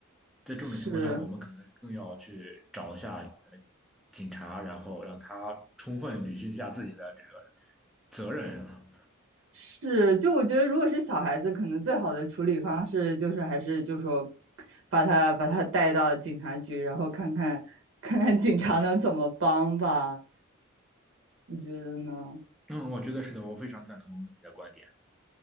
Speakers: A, in the centre; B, on the right.
A: 在这种情况下，
B: 是。
A: 我们可能更要去找一下呃警察，然后让他充分履行一下自己的的，的这个责任。嗯，
B: 是，就我觉得，如果是小孩子，可能最好的处理方式就是还是就说，把他把他带到警察局，然后看看 <laughs> 看看警察能怎么帮吧。你觉得呢？
A: 嗯。我我觉得是非常赞同你观点。